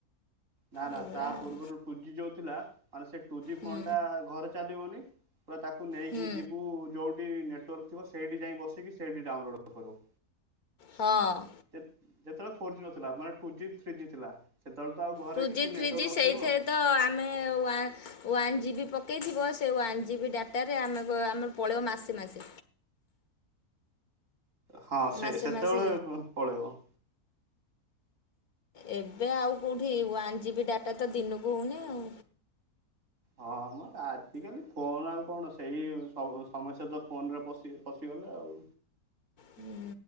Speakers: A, on the right; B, on the left.
A: ନା ନା
B: ଏଇଭଳିଆ
A: ତା
B: ଆଉ
A: ପୂର୍ବରୁ ଟୁ ଜି ଯୋଉ ଥିଲା ମାନେ ସେ ଟୁ ଜି
B: ହୁଁ
A: ଫୋନ ଟା ଘରେ ଚାଲିବନି। ପୁରା ତାକୁ ନେଇକି
B: ହୁଁ
A: ଯିବୁ ଯୋଉଠି ନେଟୱାର୍କ ଥିବ ସେଇଠି ଯାଇ ବସିକି ସେଇଠି ଡାଉନଲୋଡ କରୁ।
B: ହଁ ହଁ।
A: ଯେତେବେଳେ ଫୋର୍ ଜି ନଥିଲା ମାନେ ଟୁ ଜି ଥ୍ରୀ ଜି ଥିଲା ସେତେବେଳେ ତ ଆଉ ଘରେ
B: ଟୁ ଜି
A: କିଛି
B: ଥ୍ରୀ
A: ନେଟୱାର୍କ
B: ଜି
A: ନଥିବ।
B: ସେଇଥିରେ ତ ଆମେ ୱା ୱନ୍ ଜିବି ପକେଇଥିବ ସେ ୱାନ୍ ଜିବି ଡାଟାରେ ଆମ ଆମର ପଳେଇବ ମାସେ ମାସେ।
A: ହଁ ସେ
B: ମାସେ
A: ସେତେବେଳେ
B: ମାସେ
A: ପଳେଇବ।
B: ଏବେ ଆଉ କେଉଁଠି ୱାନ୍ ଜି ବି ଡାଟା ତ ଦିନକୁ ହେଉନି ଆଉ।
A: ହଁ ମ ଆଜିକାଲି ଫୋନ ଆଉ କଣ ସେଇ ସମସ୍ୟା ତ ଫୋନ ରେ ପଶ ପଶିଗଲେ ଆଉ।
B: ହୁଁ।